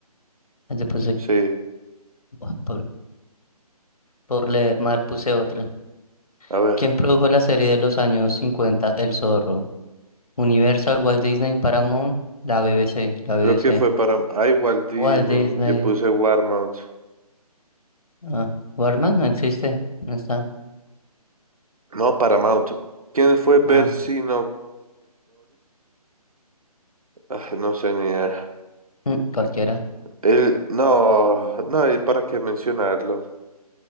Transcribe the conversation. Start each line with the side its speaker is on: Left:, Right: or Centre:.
Left: Después de-
Right: Sí,
Left: buah, por, por leer Mar puse otra.
Right: a ver.
Left: ¿Quién produjo la serie de los años 50 El Zorro? Universal, Walt Disney, Paramount, la BBC, la
Right: Creo
Left: BBC.
Right: que fue para... Ah, igual Disney.
Left: Walt Disney.
Right: Yo puse Warmount.
Left: Ah, Warman no existe, no está.
Right: No, Paramount. ¿Quién fue Vercingetorix?
Left: Ah,
Right: Ah, no sé ni idea.
Left: mm, cualquiera.
Right: El... No, no hay para qué mencionarlo.